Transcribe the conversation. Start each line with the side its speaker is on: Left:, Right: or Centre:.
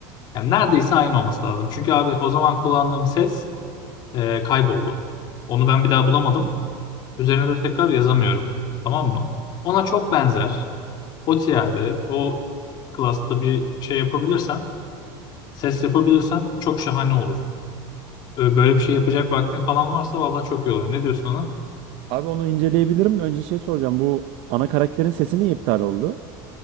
Left: Yani neredeyse aynı olması lazım. Çünkü abi o zaman kullandığım ses e, kayboldu. Onu ben bir daha bulamadım. Üzerine de tekrar yazamıyorum. Tamam mı? Ona çok benzer. O tierde, o klasta bir şey yapabilirsen, ses yapabilirsen çok şahane olur. Ee, Böyle bir şey yapacak vaktin falan varsa vallahi çok iyi olur. Ne diyorsun ona?
Right: Abi onu inceleyebilirim de önce şey soracağım. Bu ana karakterin sesi niye iptal oldu?